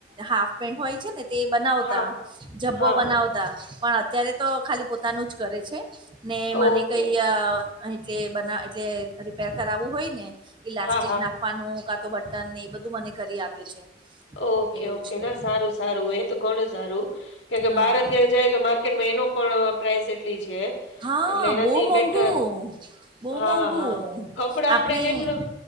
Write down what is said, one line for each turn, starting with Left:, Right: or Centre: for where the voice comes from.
Right: હાફ પેન્ટ હોય છે ને તે બનાવતા,
Left: હા
Right: જબ્બો
Left: હા
Right: બનાવતા.
Left: હા
Right: પણ અત્યારે તો ખાલી પોતાનું જ કરે છે, ને મને
Left: ઓકે
Right: કઈ એટલે બના એટલે રિપેર કરાવવું હોય ને, ઇલાસ્ટિક
Left: હા હા
Right: નાખ વાનું કા તો બટન એ બધું મને કરી આપે છે.
Left: ઓકે
Right: એવું
Left: ઓકે
Right: છે
Left: ના સારું સારું એ તો ઘણું સારું, કેમ કે
Right: હા
Left: બાર અત્યારે જાય તો મા ડ એનો પણ પ્રાાઈસ એટલી છે.
Right: હા
Left: એટલે એનાથી
Right: બહુ મોંઘું
Left: બેટર,
Right: બહુ
Left: હા
Right: મોંઘું
Left: હા, કપડા
Right: આપણે
Left: આપડે જેટલું